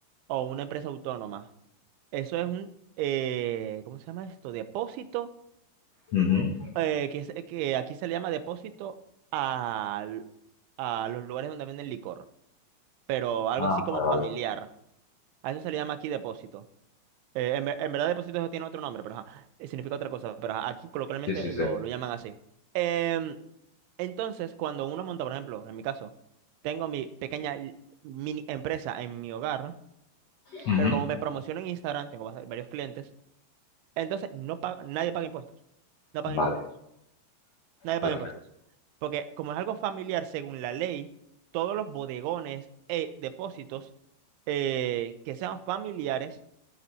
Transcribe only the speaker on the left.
ujú.
Ah,
vale,
vale.
Sí, sí, sí.
Ujú,
Vale,
perfecto.